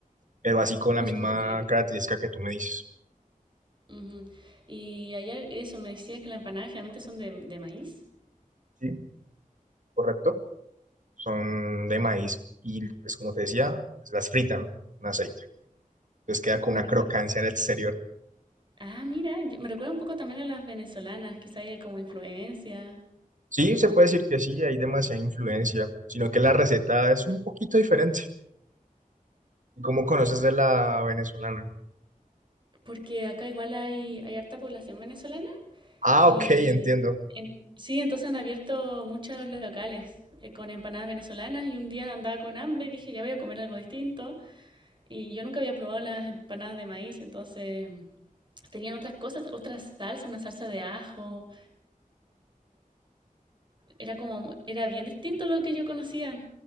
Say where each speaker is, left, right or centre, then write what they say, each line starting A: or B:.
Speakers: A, on the right; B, on the right.
A: pero así con
B: Uy,
A: la misma
B: son ricos.
A: característica que tú me dices.
B: Ujú. Y allá eso, me decías que las empanadas generalmente son de, de maíz.
A: Sí, correcto. Son de
B: Sí.
A: maíz y, pues como te decía, las fritan en aceite. Entonces queda con
B: Me
A: una
B: recuerda.
A: crocancia en el exterior.
B: Ah, mira, yo- me recuerda un poco también a las venezolanas, quizá ahí hay como influencia.
A: Sí, se puede decir que sí, hay demasiada influencia, sino que la receta es un poquito diferente. <laughs> ¿Y ¿Cómo conoces de la venezolana?
B: Porque acá igual hay, hay harta población venezolana
A: Ah,
B: y
A: ok, entiendo.
B: en- sí, entonces han abierto muchos locales eh, con empanadas venezolanas y un día andaba con hambre y dije, ya voy a comer algo distinto. Y yo nunca había probado las empanadas de maíz, entonces mm, tenían otras cosas, otra salsa, una salsa de ajo. Era como, era bien distinto a lo que yo conocía.